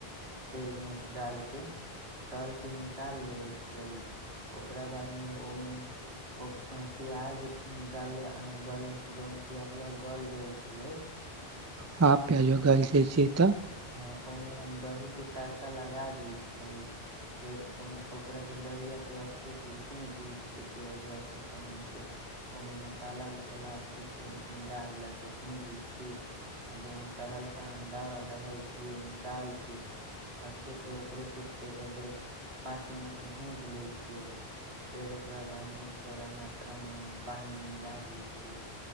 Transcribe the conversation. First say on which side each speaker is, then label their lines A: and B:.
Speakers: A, on the right; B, on the right.
A: तेलमे डाल के तल के निकाल लेबे छियै, ओकरा बाद मे ओमे ओ प्याज गल जहन प्याजवा गल गैय छीयै
B: हँ प्याजवा गल जाय छीयै तऽ
A: हँ ओमे हम दही के तड़का लगा दै छियै फेर ओहिमे ओकराके दहिआके अच्छे से भूजि उज क प्यजुआके सबनके ओमे मसाला -उसाला अच्छे से मिला उला के भूज उज के आ जोवन तरलका अंडा रहै छै ओमे डाल के अच्छे से ओकरो केते देर पाँच मिनट भूंज लय छियै फेर ओकरा बाद मे थोड़ा मात्रा में ओहिमे पानी मिला दैय छियै